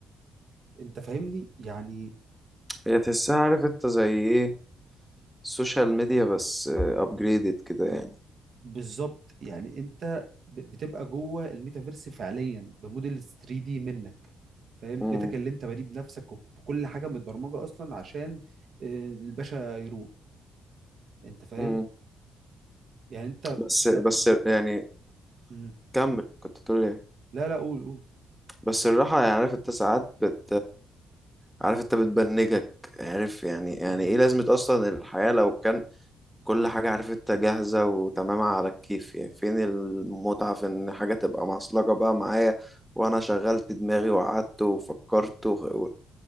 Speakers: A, on the right (about 55°); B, in the centre.
A: انت فاهمني يعني
B: هي تحسها عارف انت زي ايه السوشيال ميديا بس ابجريدد كده يعني
A: بالظبط يعني انت ب- بتبقى جوه الميتافيرس فعليا بموديل 3 دي منك فاهم
B: مم.
A: بيتك اللي انت بنيه بنفسك وبكل حاجه متبرمجه اصلا عشان آه، الباشا يروق انت فاهم
B: مم.
A: يعني انت أنت-
B: بس بس يعني
A: مم.
B: كمل كنت تقول ايه
A: لا لا قول قول
B: بس الراحة يعني عارف انت ساعات بت عارف انت بتبنجك عارف يعني يعني
A: مم.
B: ايه لازمة اصلا الحياة لو كان كل حاجة عارف انت جاهزة وتمام على الكيف يعني فين المتعة في ان حاجة تبقى معصلجة بقى معايا وانا شغلت دماغي وقعدت وفكرت و...